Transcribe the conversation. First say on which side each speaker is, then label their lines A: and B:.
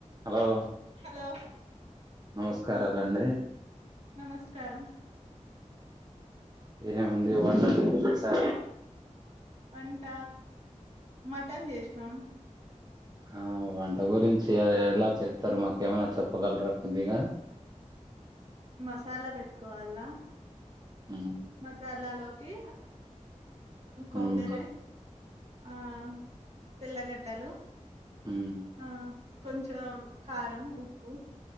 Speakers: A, on the right; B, on the right.
A: Hello
B: hello
A: నమస్కారాలండి
B: నమస్కారం
A: ఏమండి వంటలు ఏం చేశారు
B: వంట మటన్ చేసినాం
A: ఆ వంట గురించి ఎలా చేస్తారు మాకేమన్న చెప్పగలరా కొద్దిగా
B: మసాలా పెట్టుకోవాలా
A: ఉమ్
B: మసాలాలోకి కొబ్బరి
A: ఉమ్
B: ఆ తెల్లగడ్డలు
A: ఉమ్
B: ఆ కొంచం కారం ఉప్పు